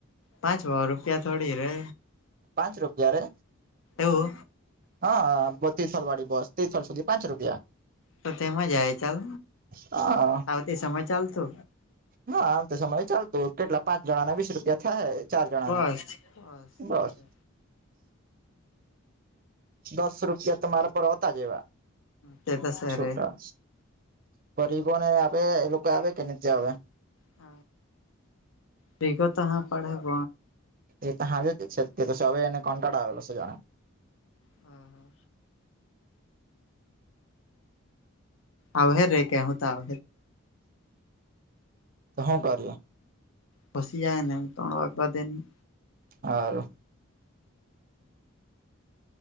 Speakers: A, on the left; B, on the right.
A: પાંચો રૂપિયા થોડી રે
B: પાંચ રૂપિયા રે
A: એવુ
B: હા ત્રીસલ વાડી બસ ત્રીસલ સુધી પાચ રૂપિયા
A: તો તેમાં જ આવે ચાલ
B: હા
A: આવતી સમય ચાલતુ
B: હા, આમ તો સમય ચાલતુ કેટલા પાંચ જણા ના વીસ રૂપિયા થયા. ચાર જણાના
A: બસ
B: બસ
A: ચાલે
B: દસ રૂપિયા તમારા પર હોતા જવા
A: તે તો સરે
B: છોટા, ફરી કોને આપે એ લોકો આવે કે નીચે આવે
A: હ વિગતા હ પબ
B: એ ત હાજે જ છે, તો સ એને કોન્ટા્ડો આવેલો છે જાણે.
A: હા હા આવ રે કે હુ, તો આવ
B: તો હુ, કાર્ય
A: પસી જાય ને એમ ત્રણ વાગવા દેની
B: હારુ